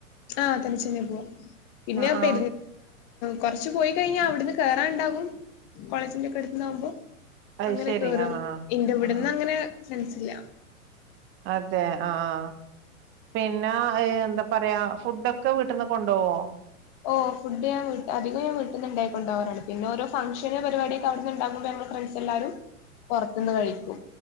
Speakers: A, on the left; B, on the right.
A: ആഹ് തനിച്ചെന്നെ പോവാം പിന്നെ
B: ആഹ്
A: പെ
B: ആഹ്
A: കുറച്ച് പോയി കഴിഞ്ഞാൽ അവിടുന്ന് കേറാണ്ടാകും കോളേജിന്റെ ഒക്കെ അടുത്ത്ന്നാവുമ്പോ
B: അത്
A: അങ്ങനെ
B: ശരി
A: കേറും
B: ആഹ് ആഹ്
A: ഇന്റെ ഇവിടന്ന്
B: ആഹ്
A: അങ്ങനെ ഫ്രണ്ട്സി ഇല്ല
B: അതെ ആഹ് ആ പിന്നെ എന്താ പറയാ ഫുഡൊക്കെ വീട്ടിൽ നിന്ന് കൊണ്ടുപോവോ
A: ഓ ഫുഡ് ഞാൻ അധികം ഞാൻ വീട്ടിന്ന് ഇണ്ടാകി കൊണ്ടാകാറാണ് പിന്നെ ഓരോ ഫംങ്ഷന് പരിപാടി അവിട്ന്ന് ഉണ്ടാകുമ്പോ ഞങ്ങള് ഫ്രണ്ട്സ് എല്ലാരും പൊറത്ത്‌ന്ന് കഴിക്കും